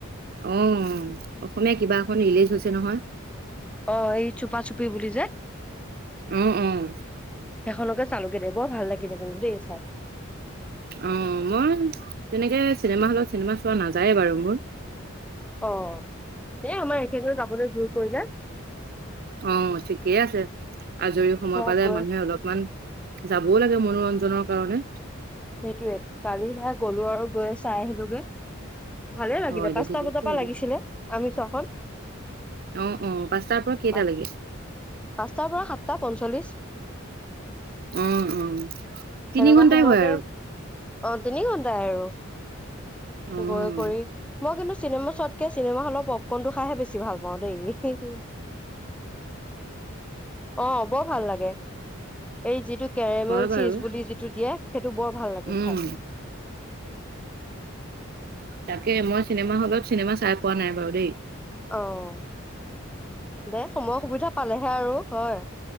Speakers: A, on the right; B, in the centre.
A: অ', অসমীয়া কিবা এখন ৰিলিজ হৈছে নহয়।
B: অ', এই চুপাচুপি বুলি যে।
A: অ', অ',
B: সেইখনকে চালোঁগৈ দে, বৰ ভাল লাগিলে কিন্তু দেই চাই।
A: অ', মই তেনেকে চিনেমা হলত চিনেমা চোৱা নাযায়ে বাৰু মোৰ।
B: অ', এ আমাৰ এখেতেও যাবলৈ যোৰ কৰিলে।
A: অ', ঠিকেই আছে, আজৰি সময়
B: সেয়া
A: পালে
B: গৈ
A: মানুহে অলপমান যাবও লাগে মনোৰঞ্জনৰ কাৰণে।
B: সেইটোৱে, কালি সেয়া গ'লো আৰু গৈ চাই আহিলোগৈ। ভালেই লাগিলে,
A: হয় দে
B: পাঁচটা
A: ঠিকেই
B: বজাৰ
A: কৰিলি
B: পৰা লাগিছিলে আমি চোৱাখন।
A: অ', অ', পাঁচটাৰ পৰা কেইটালৈকে?
B: পা-পাঁচটাৰ পৰা সাতটা পঞ্চল্লিশ।
A: উম উম। তিনি
B: তেনেকুৱা
A: ঘন্টাই
B: সময়তে,
A: হয় আৰু
B: অ' তিনি ঘন্টাই আৰু।
A: উম।
B: গৈ কৰি, মই কিন্তু চিনেমা চোৱাতকে চিনেমা হলৰ পপকৰ্নটো খাইহে বেছি ভাল পাওঁ দেই। সেইটোৱেই, অ', বৰ ভাল লাগে। এই যিটো কেৰেমেল
A: হয় বাৰু
B: চিজ বুলি যিটো দিয়ে। সেইটো বৰ ভাল লাগে
A: উম,
B: খায়
A: তাকে মই চিনেমা হলত চিনেমা চাই পোৱা নাই বাৰু দেই
B: অ' দে সময় সুবিধা পালেহে আৰু হয়